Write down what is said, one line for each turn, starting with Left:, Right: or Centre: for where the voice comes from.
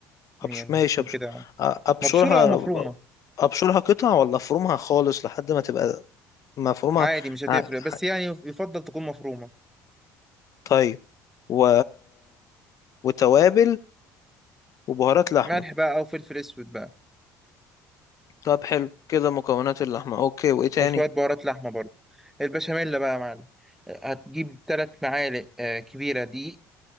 Left: أبش...
Centre: يعني
Left: ماشي
Centre: تكون
Left: أبش...
Centre: كده
Left: أ-
Centre: يعني.
Left: أبشرها
Centre: مبشورة أو مفرومة
Left: أبشرها قطع ولا أفرمها خالص لحد ما تبقى مفرومة
Centre: عادي مش هتفرق
Left: ع...
Centre: بس
Left: ع-
Centre: يعني يفضل تكون مفرومة
Left: طيب و... وتوابل وبهارات لحمة
Centre: ملح بقى او فلفل اسود بقى
Left: طب حلو كده مكونات اللحمة أوكي وإيه تاني
Centre: وشوية بهارات لحمة برضه البشاميل بقى يا معلم هتجيب تلات معالق آه، كبيرة دقيق